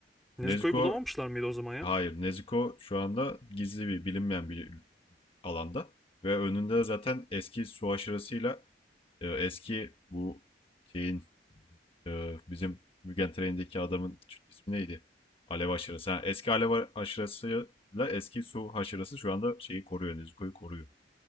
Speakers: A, in the centre; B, on the left.
A: Nezuko'yu
B: Nezuko
A: bulamamışlar mıydı o zaman ya?
B: Hayır, Nezuko şu anda gizli bir bilinmeyen bir alanda ve önünde zaten eski su aşırısıyla e, eski bu şeyin e, bizim Mugen Train'deki adamın ismi neydi? Alev aşırısı. Ha, eski alev aşırısıyla eski su aşırısı şu anda şeyi koruyor, Nezuko'yu koruyor.